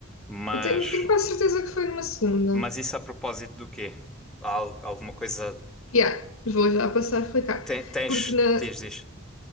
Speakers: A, in the centre; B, on the left.
A: mas,
B: Eu tenho, tenho quase certeza que foi numa segunda.
A: mas isso a propósito do quê? Al- alguma coisa.
B: Yeah, vou já passar a explicar.
A: Te- tens.
B: Porque na,
A: Diz, diz.